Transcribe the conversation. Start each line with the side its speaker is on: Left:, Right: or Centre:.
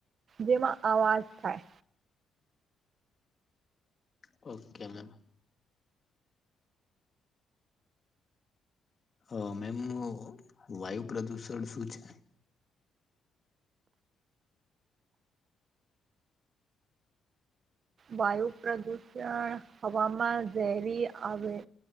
Right: જેમાં અવાજ થાય.
Left: Okay ma'am. અ મેમ વાયુ પ્રદુષણ શું છે.
Right: વાયુ પ્રદુષણ હવાવામાં ઝેરી આવે.